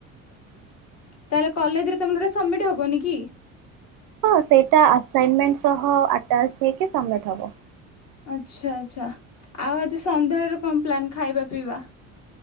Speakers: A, on the left; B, on the right.
A: ତାହଲେ କଲେଜରେ ତମର ସବମିଟ ହବନି କି?
B: ହଁ ସେଇଟା ଆସାଇନମେଣ୍ଟ ସହ ଆଟାଚ ହେଇକି ସବମିଟ ହବ।
A: ଆଚ୍ଛା ଆଚ୍ଛା ଆଉ ଆଜି ସନ୍ଧ୍ୟାବେଳେ କଣ ପ୍ଲାନ ଖାଇବା ପିଇବା?